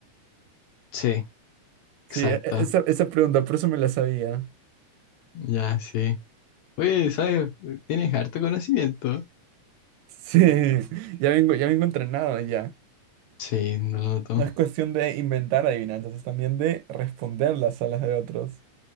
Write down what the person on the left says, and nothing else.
Sí,
exacto.
Ya, sí. Oye, ¿sabes? Tienes harto conocimiento.
Sí, no lo noto.